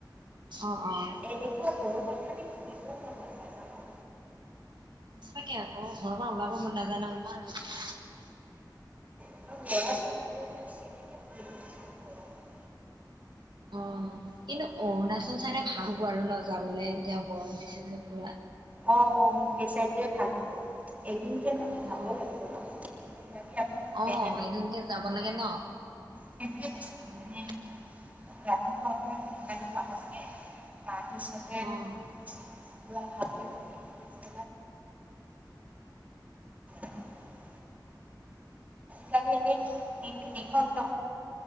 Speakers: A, on the right; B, on the right.
A: অ' অ'।
B: এনেকুৱা গৰমত খালি ফুৰিব মন নাযায় জান
A: সচাকে অ'ক গৰমত উলাব মন নাযায়।
B: <unintelligible> কেনেকে ফুৰিম ইমান গৰমত
A: অ'। কিন্তু অৰুণাচল চাইদে ভালো আৰু ন, যাবলৈ এতিয়া গৰম দিছে যে পুৰা।
B: অ', অ', সেই চাইডটোৱেই ভাল হ'ব, এদিনকে নহলে
A: অ',
B: যাব লাগিব ন? ওলাবি আকৌ প্লেন
A: অ, এদিনকে যাব লাগে ন?
B: সেইটোয়ে বস্তু
A: অ',
B: মানে, ৰাতিপুৱা অকমান সোনকালে পাব লাগে। <unintelligible>
A: অ',
B: পিছত এক <unintelligible> সালি এনে, দিনটো দীঘল ন?